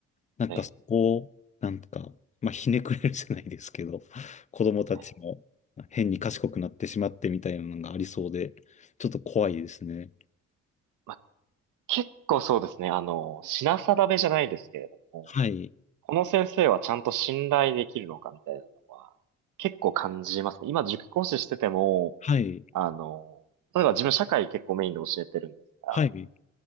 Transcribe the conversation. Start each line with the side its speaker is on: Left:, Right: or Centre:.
Left: なんかそこを、
Right: ええ、
Left: なんか、まあひねくれるじゃないですけど、子供たちも変に賢くなってしまってみたいなのがありそうで、
Right: ええ
Left: ちょっと怖いですね。
Right: まあ、結構そうですね、あの、品定めじゃないですけれども、
Left: はい、
Right: この先生はちゃんと信頼できるのかみたいなのは結構感じますね。今塾講師してても、
Left: はい、
Right: あの、例えば自分社会結構メインで教えてるんですが、
Left: はい、